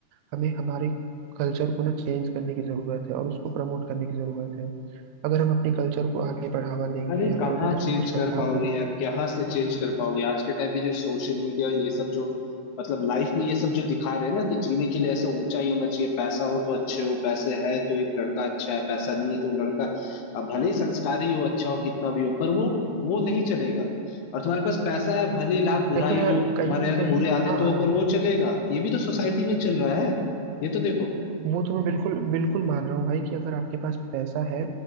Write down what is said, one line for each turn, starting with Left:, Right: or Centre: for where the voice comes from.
Right: हमें हमारे कल्चर को ना चेंज करने की जरूरत है और उसको प्रमोट करने की जरूरत है अगर हम अपने कल्चर को आगे बढ़ावा देंगे
Left: अरे
Right: या
Left: कहाँ
Right: फिर अगर
Left: चेंज
Right: उसमें कुछ
Left: कर
Right: बदलाव
Left: पाओगे
Right: करेंगे
Left: यार कहाँ से चेंज कर पाओगे आज के टाइम पे जो सोशल मीडिया और ये सब जो मतलब लाइफ में ये सब जो दिखा रहे हैं ना कि जीने के लिए ऐसा ऊंचा ही होना चाहिए पैसा हो तो अच्छे हो पैसे है तो एक लड़का अच्छा है पैसा नहीं है तो लड़का अब भले ही संस्कारी हो अच्छा हो कितना भी हो पर वो वो नहीं चलेगा और तुम्हारे पास पैसा है भले ही लाख बुराई
Right: देखो
Left: हो
Right: यार कहीं
Left: तुम्हारे
Right: ना
Left: अंदर
Right: कहीं
Left: बुरे आदतों
Right: हाँ हाँ
Left: हो पर वो चलेगा ये भी तो सोसाइटी में चल रहा है ये तो देखो
Right: वो तो मैं बिल्कुल बिल्कुल मान रहा हूँ भाई कि अगर आपके पास पैसा है